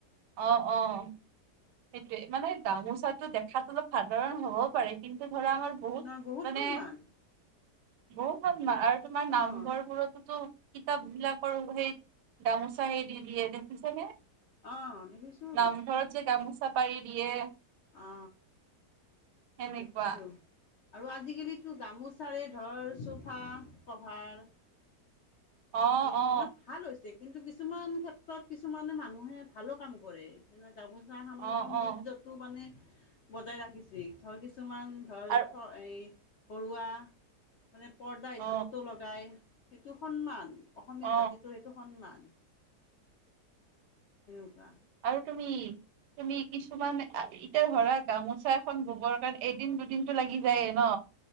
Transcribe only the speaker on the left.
নহয়
সন্মান
অঁ
অঁ দেখিছোঁ
অ,
দেখিছো আৰু আজিকালিতো গামোচা। চাৰে ধৰ চোফা কভাৰ
এইবিলাক
ন ভাল হৈছে কিন্তু কিছুমান ক্ষেত্ৰত কিছুমানে মানুহে ভালো কাম কৰে যেনে গামোচা খানৰ
সৌন্দৰ্যতটো
মানে বজাই ৰাখিছে ধৰ কিছুমান ধৰ
চ ঘৰুৱা মানে পৰ্দা
হিচাপতো লগায়। সেইটো সন্মান অসমীয়া
জাতিটোৰ সেইটো সন্মান। <unintelligible>